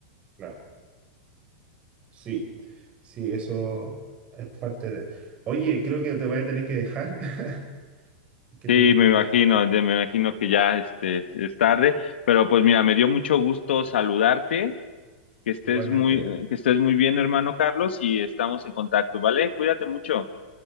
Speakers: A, on the right; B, on the left.
A: Claro, sí, sí, eso es parte de. Oye, creo que te voy a tener que dejar, <laughs> que
B: Sí,
A: tengo
B: me
A: que ir
B: imagino,
A: a sacar
B: ya me imagino que ya este, es tarde, pero pues mira, me dio mucho gusto saludarte, que estés
A: igualmente.
B: muy, que estés muy bien, hermano Carlos, y estamos en contacto, ¿vale? Cuídate mucho,